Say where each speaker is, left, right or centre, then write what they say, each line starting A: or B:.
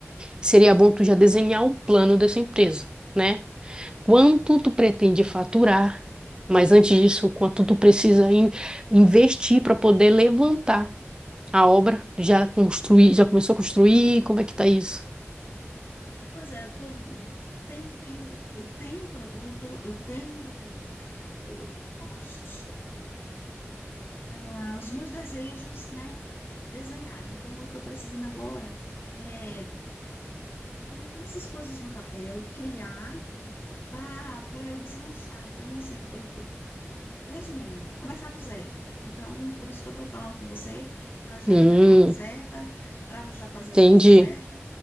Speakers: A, on the right; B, on the left.
A: seria bom tu já desenhar o plano dessa empresa, né? quanto
B: Então,
A: tu pretende faturar, mas antes disso, quanto tu precisa in- investir para poder levantar a obra? Já construir, já começou a construir? Como é que tá isso?
B: pois é, eu tô- tenho, tenho, eu tenho o produto, eu tenho o- todos os, ah, os meus desejos, né? Desenhado. Então, eu estou precisando agora é, colocar essas coisas no papel, criar para para eu deslanchar. Então, assim, eu, resumindo, começar do zero. Então, por isso que eu estou falando com você, para já
A: Hum,
B: ir da forma Hum. certa, para já fazer
A: entendi.
B: as coisas certas.